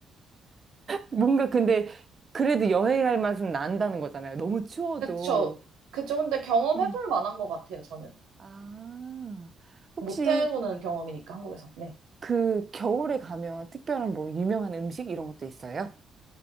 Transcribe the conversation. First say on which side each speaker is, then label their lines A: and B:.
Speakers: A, on the right (about 35°); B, on the right (about 85°).
A: 뭔가 근데, 그래도 여행할 맛은 난다는 거잖아요. 너무 추워도.
B: 그쵸. 그쵸. 근데 경험해볼
A: 음.
B: 만한 것 같아요, 저는.
A: 아, 혹시
B: 못 해보는 경험이니까, 한국에서. 네.
A: 그 겨울에 가면 특별한 뭐 유명한 음식 이런 것도 있어요?